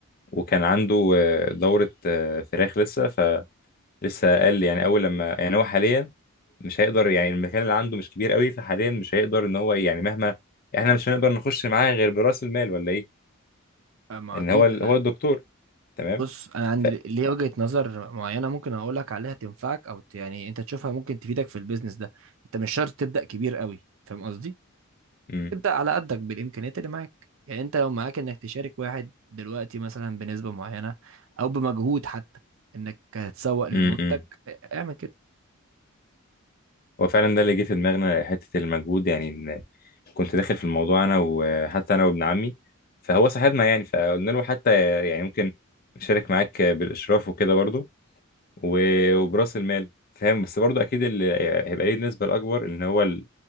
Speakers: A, on the left; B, on the right.
A: وكان عنده آه، دورة آه، فراخ لسه فلسه قال لي يعني اول لما يعني هو حاليا مش هيقدر يعني المكان اللي عنده مش كبير قوي فحاليا مش هيقدر ان هو يعني مهما احنا مش هنقدر نخش معاه غير براس المال ولا ايه
B: آه، ما
A: ان
B: أكيد
A: هو ال-
B: آه،
A: هو الدكتور تمام
B: بص أنا عندي
A: ف
B: ليه وجهة نظر معينة ممكن أقول لك عليها تنفعك أو ت... يعني أنت تشوفها ممكن تفيدك في البيزنس ده أنت مش شرط تبدأ كبير قوي فاهم قصدي؟
A: امم
B: ابدأ على قدك بالإمكانيات اللي معاك يعني أنت لو معاك إنك تشارك واحد دلوقتي مثلا بنسبة معينة أو بمجهود حتى إنك هتسوق للمنتج
A: امم
B: اعمل كده
A: هو فعلا ده اللي جه في دماغنا حته المجهود يعني ان كنت داخل في الموضوع انا وحتى انا وابن عمي فهو صاحبنا يعني فقلنا له حتى يعني ممكن نشارك معاك بالاشراف وكده برضو و- وبراس المال فاهم بس برضو اكيد اللي هيبقى ليه النسبه الاكبر ان هو ال...